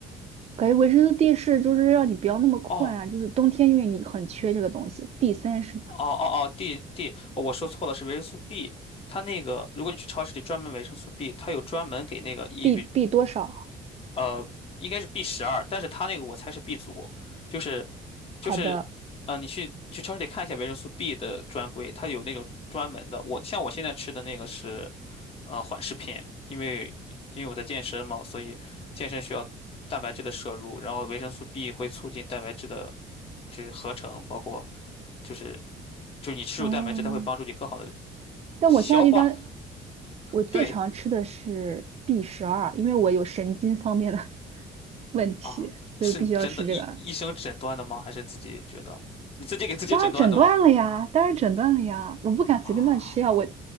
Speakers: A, on the right (about 40°); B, on the left (about 35°).
A: 感觉维生素 D 是就是让你不要那么困啊，
B: 哦，
A: 就是冬天因为你很缺这个东西，D 三是吧
B: 哦哦哦，D D，哦，我说错了，是维生素 B。它那个，如果你去超市里专门维生素 B，它有专门给那个抑郁，
A: ？B B 多少？
B: 呃，应该是 B 十二，但是它那个我猜是 B 族，就是就是，
A: 好的，
B: 呃，你去你去超市里看一下维生素 B 的专柜，它有那种专门的。我像我现在吃的那个是呃缓释片，因为因为我在健身嘛，所以健身需要蛋白质的摄入，然后维生素 B 会促进蛋白质的这合成，包括就是。就是你吃入蛋白质，
A: 嗯。
B: 它会帮助你更好的
A: 但我现在一般
B: 消化，
A: 我最常吃的是
B: 对
A: B 十二，因为我有神经方面的 <laughs> 问题，
B: 啊，
A: 所以我必须要吃这个。
B: 是你真的医医生诊断的吗？还是自己觉得？你自己给自己诊断的吗？
A: 当然诊断了呀，当然诊断了呀，我不敢随便乱吃药，
B: 啊，
A: 我